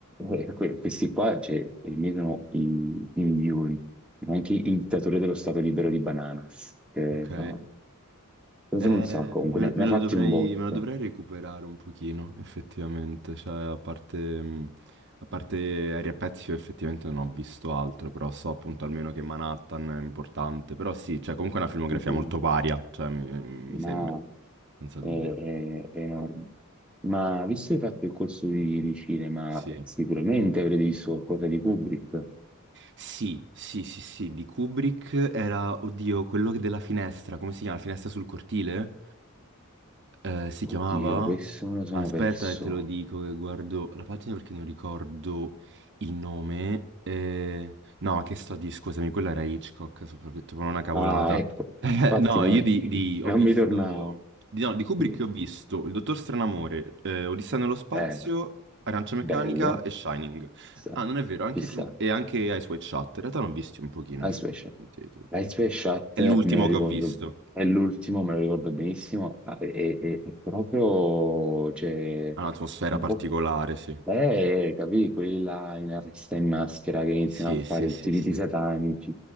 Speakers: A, in the centre; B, on the right.
A: Eh, que- questi qua cioè, eliminano i, i migliori, anche il dittatore dello Stato libero di Bananas. Che,
B: Ok.
A: insomma, questo
B: Eh,
A: non so, comunque
B: me
A: ne,
B: lo
A: ne
B: me
A: ha
B: lo
A: fatti
B: dovrei,
A: un botto.
B: me lo dovrei recuperare un pochino, effettivamente. Cioè, a parte, mh, a parte Aria Pezzi, io effettivamente non ho visto altro, però so appunto almeno che Manhattan è importante. Però sì, cioè, comunque è una filmografia
A: Sì, sì,
B: molto
A: sì.
B: varia, cioè, mi, mi
A: Ma
B: sembra, senza
A: è,
B: dubbio.
A: è- è enorme. Ma visto che hai fatto il corso di, di cinema,
B: Sì.
A: sicuramente avrete visto qualcosa di Kubrick.
B: Sì, sì, sì, sì, di Kubrick era, oddio, quello che della finestra, come si chiama? La finestra sul cortile? Eh, si chiamava?
A: Oddio, questo me lo sono
B: Aspetta
A: perso.
B: e te lo dico che guardo la pagina perché non ricordo il nome. Eh, No, ma che sto a dire? Scusami, quella era Hitchcock, so- ho detto proprio una cavolata.
A: Ah, ecco,
B: <laughs> Eh,
A: infatti
B: no,
A: no,
B: io
A: <laughs>
B: di, di-
A: non
B: ho visto...
A: mi tornavo.
B: Di, no, di Kubrick
A: Sì,
B: ho visto Il Dottor Stranamore, eh, Odissea nello spazio,
A: è
B: Arancia Meccanica
A: bello,
B: e Shining.
A: Chissà,
B: Ah, non è vero, anche
A: chissà.
B: Frum- e anche Eyes Wide Shut. In realtà ne ho visti un pochino,
A: Ice
B: effettivamente.
A: Wave Shot.
B: tu-
A: Ice
B: di-
A: Wave Shot
B: È l'ultimo
A: me lo ricordo,
B: che ho visto.
A: è l'ultimo, me lo ricordo benissimo, ma è, è- è proprio, cioè,
B: Ha un'atmosfera
A: un
B: particolare,
A: po'
B: sì.
A: Eh, capì, quelli là in arresta in maschera che iniziano
B: Sì,
A: a fare
B: sì, sì,
A: tutti i
B: sì,
A: riti satanici.